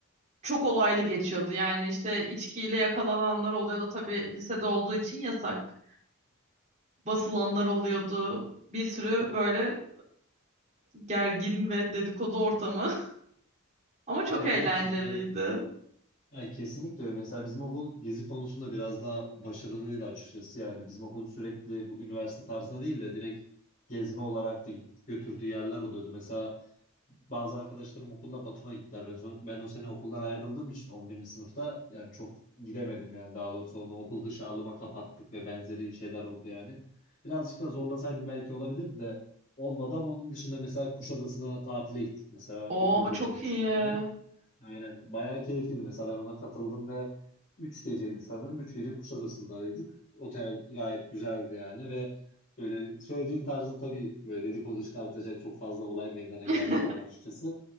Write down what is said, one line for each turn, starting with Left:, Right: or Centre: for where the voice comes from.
Right: çok olaylı geçiyordu. Yani işte içkiyle yakalananlar oluyordu tabii lisede olduğu için yasak. Basılanlar oluyordu. Bir sürü böyle gergin ve dedikodu ortamı. <laughs> Ama çok
Left: Evet
Right: eğlenceliydi.
Left: evet ya. Ya kesinlikle öyle. Mesela bizim okul gezi konusunda biraz daha başarılıydı açıkçası. Yani bizim okul sürekli bu üniversite tarzına değil de direkt gezme olarak da git- götürdüğü yerler oluyordu. Mesela bazı arkadaşlarım okulda Batum'a gittiler. Ben, son- ben o sene okuldan ayrıldığım için 11. sınıfta yani çok gidemedim yani daha doğrusu onu okul dışı alıma kapattık ve benzeri şeyler oldu yani. Birazcık da zorlasaydım belki olabilirdi de olmadı ama onun dışında mesela Kuşadası'na tatile gittik mesela
Right: Oo
Left: okul götürmüştü
Right: çok iyi.
Left: yani. Aynen. Bayağı keyifliydi mesela ben ona katıldım ve 3 geceydi sanırım. üç gece Kuşadası'ndaydık. Otel gayet güzeldi yani ve böyle söylediğin tarzda tabii böyle dedikodu çıkartacak çok fazla olay meydana
Right: <laughs>
Left: geldi yani açıkçası.